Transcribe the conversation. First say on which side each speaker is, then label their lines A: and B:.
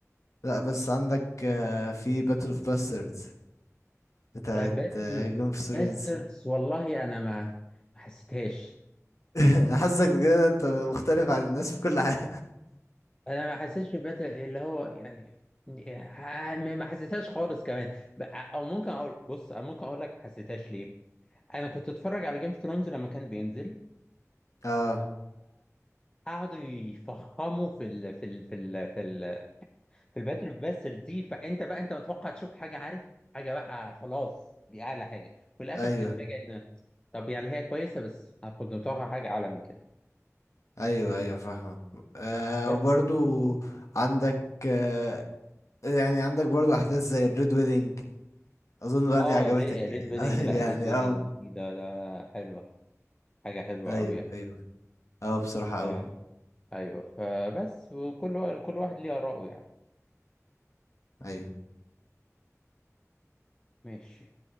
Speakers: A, on the left; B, on the left.
A: لا بس عندك آه، في باتل اوف باستردز بتاعت
B: باتل اوف
A: جيم اوف ثرونز
B: باستردز والله انا ما ما حسيتهاش
A: <laughs> حاسك كده انت مختلف عن الناس في كل حاجة
B: انا ما حسيتش باتل اللي هو يعني ه- ما ما حسيتهاش خالص كمان ب- او ممكن اقول بص أنا ممكن اقول لك ما حسيتهاش ليه انا كنت اتفرج على جيم اوف ثرونز لما كان بينزل
A: <laughs> اه
B: قعدوا يفخموا في ال في ال في ال في ال في الباتل اوف باسترز دي فانت بقى انت متوقع تشوف حاجه عارف حاجه بقى خلاص دي اعلى حاجه في الاخر
A: ايوه
B: بتتفاجئ ان طب يعني هي كويسه بس انا كنت متوقع حاجه اعلى من كده
A: ايوه ايوه فاهمك آه
B: بس
A: وبرضو عندك آه يعني عندك برضو احداث زي الريد ويدنج اظن بقى
B: اه
A: دي عجبتك
B: ري-
A: يعني
B: ريد ويدنج لا
A: <laughs> يعني
B: ريد ويدنج
A: اه
B: دي ده ده حلوه حاجه حلوه
A: ايوه
B: قوي يعني
A: ايوه اه بصراحة
B: ف-
A: قوي
B: ايوه فبس وكل وا- كل واحد ليه اراءه يعني
A: ايوه
B: ماشي